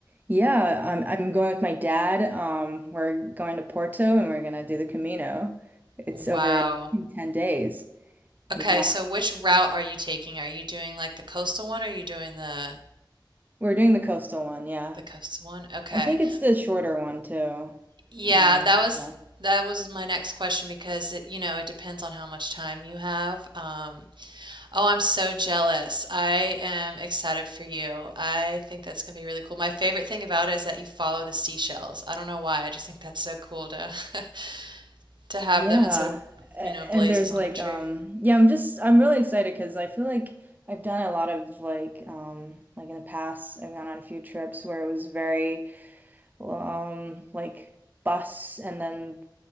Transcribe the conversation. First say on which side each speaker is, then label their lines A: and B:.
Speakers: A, on the right; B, on the right.
A: Yeah, I'm I'm going with my dad. Um, we're going to Porto and we're gonna do the Camino. It's
B: Wow.
A: over, I think, 10 days.
B: Okay,
A: Yeah.
B: so which route are you taking? Are you doing like the coastal one or are you doing the
A: We're doing the coastal one, yeah.
B: the coastal one? Okay.
A: I think it's the shorter one too.
B: Yeah,
A: Um,
B: that was
A: yeah.
B: that was my next question because it, you know, it depends on how much time you have. Um, oh, I'm so jealous. I am excited for you. I think that's gonna be really cool. My favorite thing about it is that you follow the seashells. I don't know why. I just think that's so cool to <laughs> to have
A: Yeah.
B: them instead of,
A: A-
B: you know, blazes
A: And there's
B: on
A: like
B: a tree.
A: um yeah, I'm just I'm really excited because I feel like I've done a lot of like um like in the past I've gone on a few trips where it was very um like bus and then